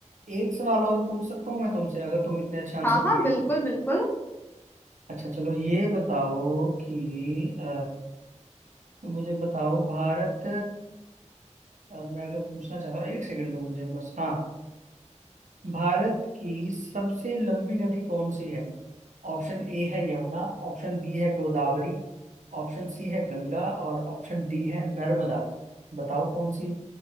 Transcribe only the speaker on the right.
एक सवाल और पूछ सकता हूँ मैं तुमसे अगर तुम इतने अच्छे आंसर
दिए
थे
अच्छा चलो ये बताओ कि अ, तो मुझे बताओ भारत अ, मैं अगर पूछना चाहता हूँ एक सेकंड दो मुझे बस हाँ भारत की सबसे लंबी नदी कौन सी है ऑप्शन ए है यमुना ऑप्शन बी है गोदावरी ऑप्शन सी है गंगा और ऑप्शन डी है नर्मदा बताओ कौन सी